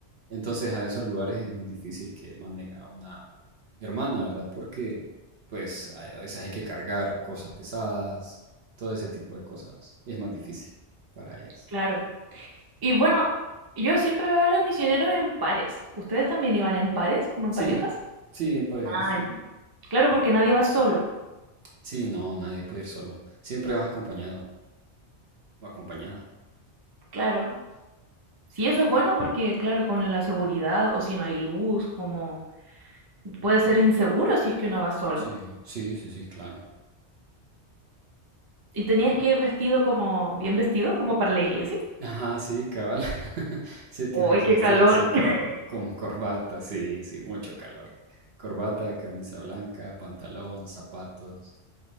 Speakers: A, on the right; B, on the right.
A: Entonces a esos lugares es muy difícil que manden a una hermana, ¿verdad? Porque pues a a veces hay que cargar cosas pesadas, todo ese tipo de cosas. Es más difícil para ellas.
B: Claro. Y bueno, yo siempre veo a los misioneros en pares. ¿Ustedes también iban en pares, como en
A: Sí,
B: parejas?
A: sí, en parejas.
B: Ah, ya. Claro, porque nadie va solo.
A: Sí, no, nadie puede ir solo. Siempre vas acompañado o acompañada.
B: Claro. Sí, eso es bueno porque, claro, con la seguridad o si no hay luz, como puede ser inseguro si es que uno va solo.
A: Sí, sí, sí, sí, claro.
B: Y tenías que ir vestido como, bien vestido, como para la iglesia.
A: Ajá, sí, cabal. <laughs> Sí, tiene
B: ¡Uy,
A: que
B: qué
A: vestir
B: calor!
A: así con,
B: <laughs>
A: con corbata, sí, sí, mucho calor. Corbata, camisa blanca, pantalón, zapatos